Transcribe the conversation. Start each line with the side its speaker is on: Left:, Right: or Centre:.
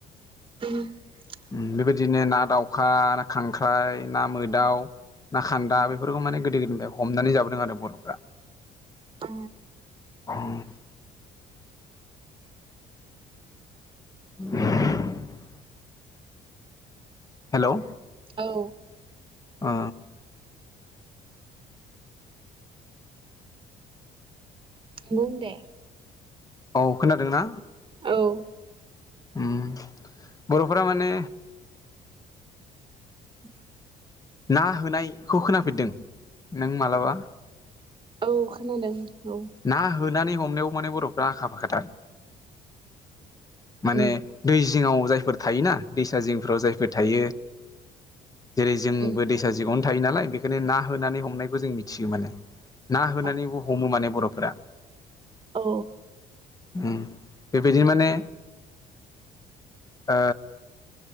Right: <unintelligible>
Left: उम बेबादिनो ना दाउखा ना खांख्राइ ना मोदाउ ना खान्दा बेफोरखौ माने गोदो गोदोनिफ्राय हमनानै जाबोदों आरो बर'फ्रा
Right: अ
Left: <unintelligible> <unintelligible> हेलौ
Right: औ
Left: ओ
Right: बुं दे
Left: औ खोनादों ना
Right: औ
Left: उम बर'फोरा माने
Right: <unintelligible>
Left: ना होनायखौ खोनाफेरदों नों मालाबा?
Right: औ खोनादों औ
Left: ना होनानै हमनायाव माने बर'फ्रा आखा फाखाथार माने
Right: उम
Left: दै जिङाव जायफोर थायोना दैसा जिंफोराव जायफोर थायो जेरै जोंबो
Right: उम
Left: दैसा जिङावनो थायो नालाय बेखायनो ना होनानै हमनायखौ जों मिथियो माने ना होनानैबो
Right: औ
Left: हमो माने बर'फोरा
Right: औ
Left: उम बेबायदि माने ओ